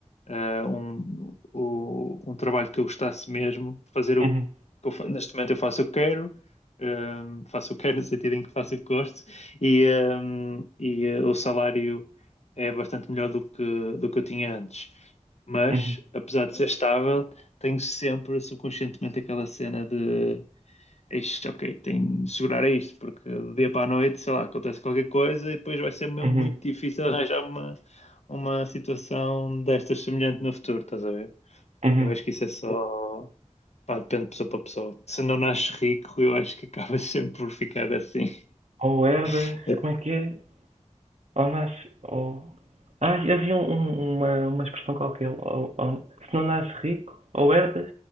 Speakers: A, on the left; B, on the right.
A: eh, um, o- um trabalho que eu gostasse mesmo, fazer o
B: uhum,
A: que eu fa- neste momento eu faço o que quero, eh, faço o que quero no sentido em que faço o que gosto, e, eh, e eh, o salário é bastante melhor do que, do que eu tinha antes. Mas,
B: uhum,
A: apesar de ser estável, tenho sempre subconscientemente aquela cena de. Isto, ok, tenho de segurar a isto, porque do dia para a noite, sei lá, acontece qualquer coisa e depois vai ser mesmo
B: uhum,
A: muito difícil arranjar uma, uma situação destas semelhante no futuro, estás a ver?
B: uhum.
A: Eu acho que isso é só. Pá, depende de pessoa para pessoa. Se não nasces rico, eu acho que acabas <laughs> sempre por ficar assim.
B: Ou herdas,
A: <laughs>
B: como é que é? Ou nasce, ou... Ah, havia um- um- uma, uma expressão qualquer. Ou, ou- se não nasces rico, ou herdas,